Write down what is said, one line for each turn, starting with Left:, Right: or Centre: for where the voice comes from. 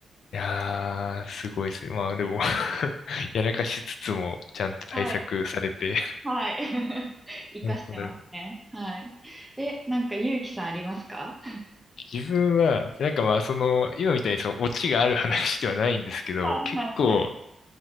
Left: やー、すごいですね。まあでも <laughs> やらかしつつも、ちゃんと対策されて。
Centre: はい。はい。<laughs>
Left: なるほど、
Centre: 活かしてますね。
Left: なるほど。
Centre: はい。え、なんか、ゆうきさんありますか
Left: 自分は、なんかまあ、その、今みたいにその、オチがある話ではないんですけど、
Centre: はいはいはい。
Left: 結構、